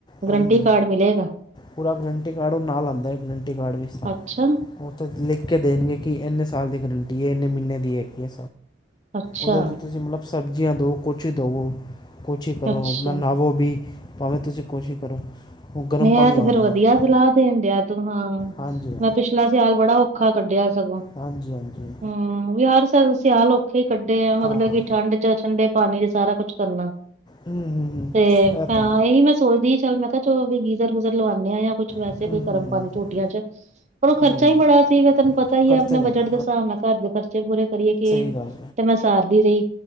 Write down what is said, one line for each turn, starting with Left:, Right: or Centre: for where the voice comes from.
Left: ਹਾਂਜੀ,
Right: ਗਰੰਟੀ ਕਾਰਡ ਮਿਲੇਗਾ
Left: ਪੂਰਾ ਗਰੰਟੀ ਕਾਰਡ ਓਦੇ ਨਾਲ ਆਂਦਾ, ਗਰੰਟੀ ਕਾਰਡ ਵੀ ਸ
Right: ਅੱਛਾ
Left: ਓ ਤਾਂਨੂੰ ਲਿਖ ਕੇ ਦੇਣਗੇ ਕਿ ਏਨੇ ਸਾਲ ਦੀ ਗਰੰਟੀ ਏ, ਏਨੇ ਮੀਨੇ ਦੀ ਹੈਗੀਏ।
Right: ਅੱਛਾ
Left: ਓਦੇ 'ਚ ਤੁਸੀਂ ਮਤਲਬ ਸਬਜ਼ੀਆਂ ਦੇ, ਕੌਛ ਦਵੋ। ਕੋਛ ਈ ਕਰੋ,
Right: ਅੱਛਾ
Left: ਅਪਨਾ ਨਾਵੋ ਵੀ ਭਾਵੇਂ ਤੁਸੀਂ ਕੌਛ ਈ ਕਰੋ। ਉਹ ਗਰਮ
Right: ਨੀਂ ਐ
Left: ਪਾਣੀ
Right: ਤੈ
Left: ਆਊਗਾ
Right: ਫੇਰ ਵਧੀਆ
Left: ਨਾ
Right: ਸਲਾਹ ਦੇਣ ਡਿਆ ਤੂੰਹਾਂ,
Left: ਹਾਂਜੀ ਹਾਂਜੀ
Right: ਮੈਂ ਪਿਛ ਪਿਛਲਾ ਸਿਆਲ ਬੜਾ ਔਖਾ ਕੱਢਿਆ ਸਗੋਂ
Left: ਹਾਂਜੀ ਹਾਂਜੀ
Right: ਹੂੰ, ਵੀ ਹਰ ਸਿਆਲ ਔਖਾ ਔਖੇ ਈਂ ਕੱਢੇ ਆ ਮਤਲਬ
Left: ਹਾਂ ਹਾਂ
Right: ਕਿ ਠੰਡ 'ਚ ਠੰਡੇ ਪਾਣੀ 'ਚ ਸਾਰਾ ਕੁਛ ਕਰਨਾ।
Left: ਹੂੰ ਹੂੰ ਹੂੰ
Right: ਤੇ
Left: ਇਹ
Right: ਹਾਂ
Left: ਤਾਂ
Right: ਐਹੀ ਮੈਂ ਸੋਚਦੀ ਸੀ ਚੱਲ, ਮੈਂ ਕੇਆ ਵੀ ਗੀਜ਼ਰ-ਗੂਜਰ ਲਵਾਨੇ ਆਂ, ਯਾਂ ਕੁੱਛ ਵੈਸੇ
Left: ਹੂੰ
Right: ਕੋਈ ਗਰਮ
Left: ਹੂੰ ਹੂੰ
Right: ਪਾਣੀ ਟੂਟੀਆ 'ਚ ਓਦੋਂ ਖਰਚ
Left: ਨਹੀਂ
Right: ਈ
Left: ਨਹੀਂ
Right: ਬੜਾ ਸੀ ਫੇਰ ਤੇਨੂੰ ਪਤਾ ਆ
Left: ਖਰਚਾ
Right: ਅਪਣੇ
Left: ਜ਼ਿਆਦਾ
Right: ਬਜਟ ਦੇ ਹਿਸਾਬ ਨਾਲ ਘਰ ਦੇ ਖਰਚੇ ਪੂਰੇ ਕਰੀਏ ਕਿ
Left: ਕੀ ਗੱਲ
Right: ਤੇ ਮੈਂ ਸਾਰਦੀ ਰਈ,